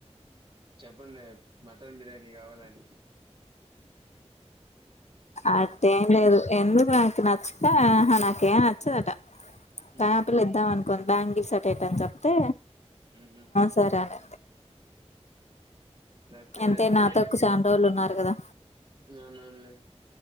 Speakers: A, on the right (about 50°); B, on the left (about 75°).
A: చెప్పండి మటన్ బిర్యానీ కావాలని
B: అట్టేం లేదు ఎందుకు నాకు నచ్చ నాకే నచ్చదట
A: ఉమ్
B: పైనాపిల్ ఇద్దామంట కొన్ని బ్యాంగిసట్ట్ అని చెప్తే
A: ఊహు
B: సరే అనీ
A: లేతే
B: ఎంతే నాతోక్కు
A: మీ
B: చంరోజులూ ఉన్నారు కదా
A: అవునవునులే